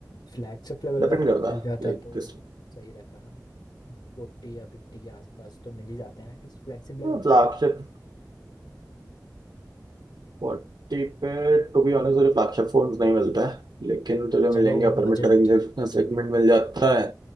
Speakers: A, on the left (about 75°); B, on the right (about 75°).
A: फ्लैगशिप लेवल
B: Depend
A: का कोई
B: करता
A: मिल
B: है
A: जाता
B: लाइक
A: तो
B: किस
A: सही रहता ना फोर्टी या फिफ्टी के आसपास तो मिल ही जाते हैं किस फ्लैगशिप लेवल
B: फ्लैगशिप फोर्टी पे टू बी ऑनेस्ट तुझे फ्लैगशिप फोन नहीं मिलता है लेकिन तुझे
A: चलो
B: मिलेंगे अपर
A: बजट
B: मिड रेंज
A: हम्म
B: सेगमेंट मिल जाता है